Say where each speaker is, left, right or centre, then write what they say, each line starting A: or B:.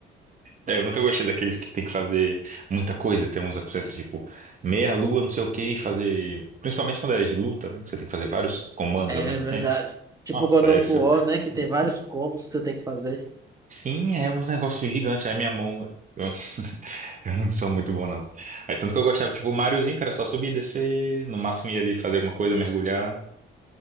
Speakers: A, on the right; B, on the right.
A: É, eu nunca gostei daqueles que tem que fazer muita coisa. Tem uns processos tipo meia lua, não sei o que, e fazer. Principalmente quando é de luta, né? Que você tem que fazer vários comandos
B: É
A: ao mesmo
B: verdade.
A: tempo.
B: Tipo
A: Nossa,
B: God of
A: esse
B: War,
A: é.
B: né? Que tem vários combos que você tem que fazer.
A: Sim, é uns negócios gigantes. Aí minha mão. Eu... <laughs> eu não sou muito bom, não. Aí tanto que eu gostava, tipo, o Mariozinho, que era só subir, descer, no máximo ia ali fazer alguma coisa, mergulhar.